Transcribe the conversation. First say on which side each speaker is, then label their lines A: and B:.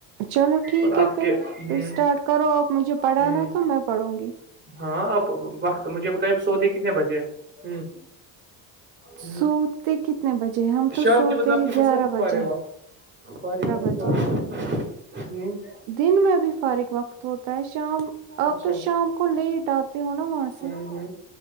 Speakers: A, on the right (about 75°); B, on the right (about 25°).
A: چلو ٹھیک
B: اور آپ
A: ہے پھر
B: کے ہ
A: پھر اسٹارٹ کرو آپ مجھے پڑھانا
B: ہ
A: تو میں پڑھوں گی
B: ہاں اب وقت مجھے بتائی اب سوودے کتنے بجے ہ ہ
A: سوتے کتنے بجے؟ ہم تو
B: شام
A: سوتے
B: کے بج آ
A: ہیں
B: س
A: بجے،
B: پ ب پ
A: بجے۔
B: ب چ ہ
A: دن میں بھی فارغ وقت ہوتا ہے شام
B: اچھا
A: آپ تو شام کو لیٹ آتے ہو نا وہاں سے
B: ہ ہ